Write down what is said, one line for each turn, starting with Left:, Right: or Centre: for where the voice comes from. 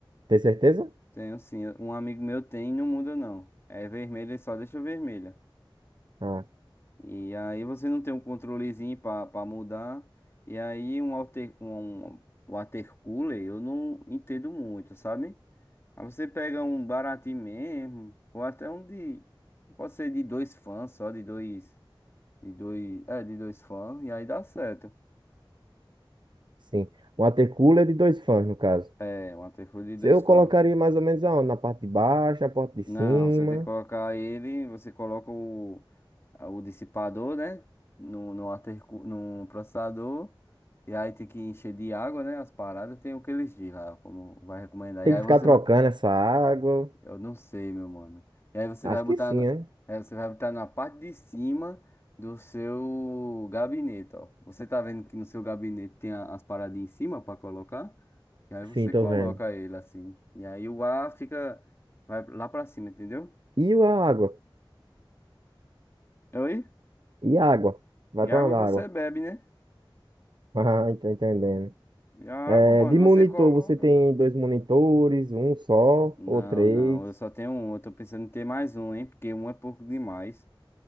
Right: Tem certeza?
Left: Tenho sim. Um amigo meu tem e não muda não. É vermelha, ele só deixa vermelha.
Right: Ah,
Left: E aí você não tem um controlezinho pra, pra mudar. E aí um alter, um um, um water cooler eu não entendo muito, sabe? Aí você pega um baratinho mesmo, ou até um de. Pode ser de dois fãs, só de dois. De dois. É, de dois fãs, e aí dá certo.
Right: sim. Um water cooler de dois fãs, no caso.
Left: É, um water cooler de
Right: Se
Left: dois
Right: Eu
Left: fãs.
Right: colocaria mais ou menos aonde? Na parte de baixo, na parte de
Left: Não,
Right: cima.
Left: você tem que colocar ele, você coloca o. o dissipador, né? No, no, altercu- no processador. E aí tem que encher de água, né? As paradas. Tem o que eles dizem lá, como vai recomendar.
Right: Tem
Left: E aí
Right: que ficar
Left: você
Right: trocando
Left: vai.
Right: essa água.
Left: Eu não sei, meu mano. E aí você
Right: Acho
Left: vai botar.
Right: que sim,
Left: Na...
Right: né?
Left: é, você vai botar na parte de cima do seu gabinete, ó. Você tá vendo que no seu gabinete tem a- as paradas em cima pra colocar? E aí
Right: Sim,
Left: você
Right: tô
Left: coloca
Right: vendo.
Left: ele assim. E aí o ar fica. Vai lá pra cima, entendeu?
Right: E a água?
Left: Oi?
Right: E a água? Vai
Left: E
Right: pra
Left: água
Right: onde a
Left: você
Right: água?
Left: bebe,
Right: <laughs>
Left: né?
Right: Ah, tô entendendo.
Left: E a água,
Right: É,
Left: mano,
Right: de monitor,
Left: você coloca.
Right: você tem dois monitores, um só
Left: Não,
Right: ou três,
Left: não, eu só tenho um. Eu tô pensando em ter mais um, hein? Porque um é pouco demais.